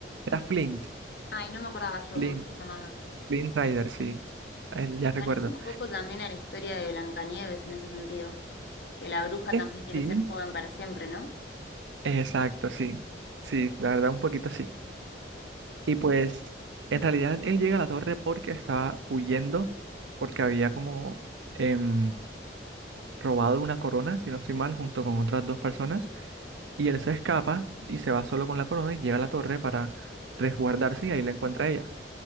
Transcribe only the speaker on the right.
era Flint,
Flint,
Flint Rider, sí, a él ya
recuerdo.
Es-
Sí.
Exacto, sí, sí, la verdad un poquito sí. Y pues en realidad él llega a la torre porque estaba huyendo, porque había como em, robado una corona, si no estoy mal, junto con otras dos personas. Y él se escapa y se va solo con la corona y llega a la torre para resguardarse y ahí la encuentra ella.